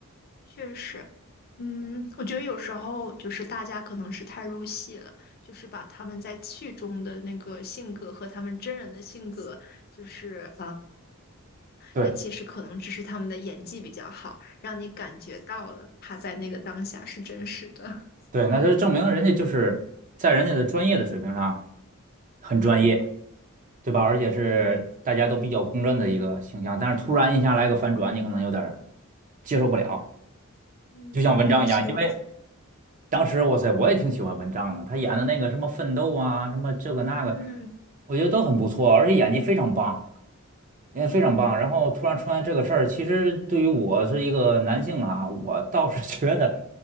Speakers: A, on the left; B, on the right.
A: 确实，嗯，我觉得有时候就是大家可能是太入戏了，就是把他们在剧中的那个性格和他们真人的性格，就是
B: 对。
A: 但其实可能只是他们的演技比较好，让你感觉到了他在那个当下是真实的。
B: 对，那就证明人家就是在人家的专业的水平上很专业，
A: <laughs> 嗯
B: 对吧？而且是大家都比较公认的一个形象，
A: 嗯
B: 但是突然一下来个反转，你可能有点儿接受不了，
A: 嗯，
B: 就像文章一样，
A: 没错，
B: 因为当时哇塞，我也挺喜欢文章的，他演的那个什么奋斗啊，什么这个那个，
A: 嗯
B: 我觉得都很不错，而且演技非常棒，演技非常棒。
A: 嗯
B: 然后突然出现这个事儿，其实对于我是一个男性啊，我倒是 <laughs> 觉得。